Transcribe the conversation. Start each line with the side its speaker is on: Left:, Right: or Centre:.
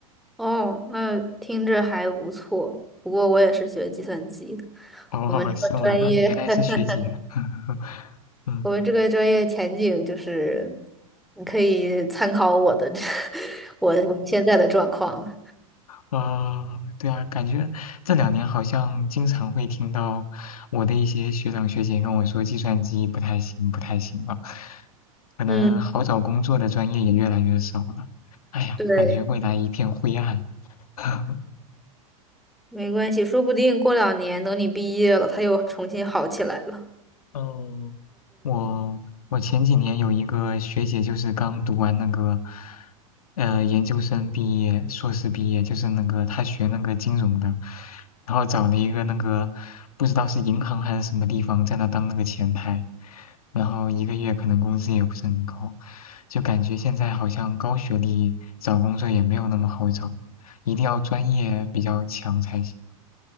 Centre: 哦，那听着还不错。不过我也是学计算机的，
Left: 哦，<laughs>
Centre: 我们这个专业，
Left: 是吗？那原来是学姐，
Centre: <laughs>
Left: <laughs> 嗯
Centre: 我们这个专业前景就是，你可以参考我的，<laughs> 我我们现在的状况了
Left: 啊、对啊，感觉这两年好像经常会听到我的一些学长学姐跟我说，计算机不太行，不太行了，可能好找工作的专业也越来越少了。
Centre: 嗯，
Left: 哎呀，
Centre: 对，
Left: 感觉未来一片灰暗。<laughs>
Centre: 没关系，说不定过两年等你毕业了，它又重新好起来了。
Left: 嗯，我我前几年有一个学姐，就是刚读完那个，呃，研究生毕业、硕士毕业，就是那个她学那个金融的，然后找了一个那个不知道是银行还是什么地方，在那当那个前台，然后一个月可能工资也不是很高，就感觉现在好像高学历找工作也没有那么好找，一定要专业比较强才行。